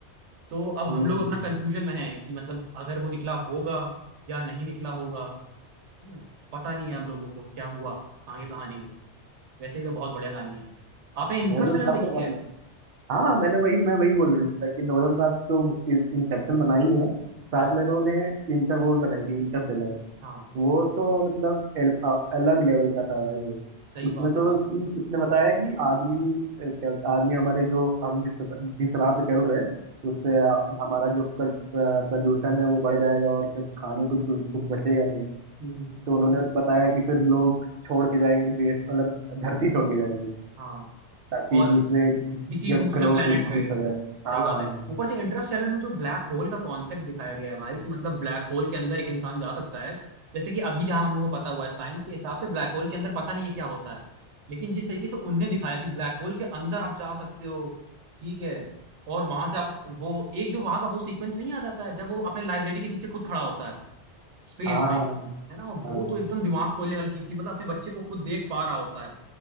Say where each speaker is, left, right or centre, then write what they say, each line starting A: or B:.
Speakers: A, on the right; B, on the right.
A: तो अब
B: हम्म
A: हम लोग अपना कंफ्यूजन में हैं कि मतलब अगर वो निकला होगा या नहीं निकला होगा हम्म, पता नहीं है हम लोगों को क्या हुआ आगे कहानी में वैसे ही वो बहुत बढ़िया कहानी है आपने इंटरस्टेलर
B: नोलन साहब
A: देखी
B: तो बहुत
A: है
B: अच्छे- हाँ मैंने वही मैं वही बोल रहा था कि नोलन साहब तो इंसेप्शन बनाई है
A: हाँ
B: साथ में उन्होंने इंटर वो भी बनाई थी इंटरस्टेलर
A: हाँ
B: वो तो मतलब एल, अ- अलग लेवल का था भाई वो
A: सही
B: उसमें
A: बात
B: तो
A: है यार
B: कि उसने बताया कि आदमी अ, क्या आदमी हमारे जो हम जिस जिस राह पे चल रहे हैं
A: हम्म,
B: उससे अ, हमारा जो कल- अ, प्रदूषण है वो बढ़ जाएगा और फिर खाने को कुछ कुछ बचेगा नहीं
A: हम्म,
B: तो उन्होंने बताया कि फिर लोग छोड़ के जाएंगे देश मतलब धरती छोड़ के जाएंगे
A: हाँ
B: ताकि
A: और
B: दूसरे
A: किसी
B: जग
A: दूसरे
B: ग्रहों
A: planet
B: पे
A: पे
B: भूत वगैरह
A: सही
B: हाँ
A: बात है ऊपर से इंटरस्टेलर में जो ब्लैक होल का कॉन्सेप्ट दिखाया गया है भाई कि मतलब ब्लैक होल के अंदर एक इंसान जा सकता है जैसे कि अभी जहां हम लोग को पता हुआ है साइंस के हिसाब से ब्लैक होल के अंदर पता नहीं है क्या होता है लेकिन जिस तरीके से उनने दिखाया कि ब्लैक होल के अंदर आप जा सकते हो ठीक है और वहां से आप वो एक जो वहां का वो सीक्वेंस नहीं याद आता है जब वो अपने लाइब्रेरी के पीछे खुद खड़ा होता है स्पेस
B: हाँ
A: में है ना
B: हाँ
A: वो तो एकदम दिमाग खोलने वाली चीज थी मतलब अपने बच्चे को खुद देख पा रहा होता है